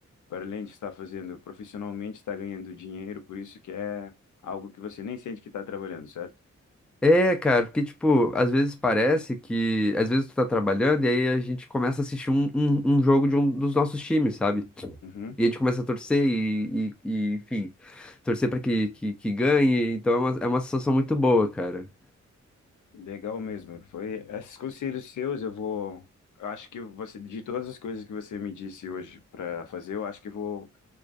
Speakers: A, on the left (about 90°); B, in the centre.
A: para além de estar fazendo profissionalmente, está ganhando dinheiro, por isso que é algo que você nem sente que está trabalhando, certo?
B: É, cara, porque, tipo, às vezes parece que. Às vezes tu tá trabalhando e aí a gente começa a assistir um, um, um jogo de um dos nossos times, sabe?
A: Uhum.
B: E a gente começa a torcer e, e- e, enfim, torcer pra que, que, que ganhe. Então é uma, é uma sensação muito boa, cara.
A: Legal mesmo. Foi esses conselhos seus, eu vou. Eu acho que você, de todas as coisas que você me disse hoje para fazer, eu acho que vou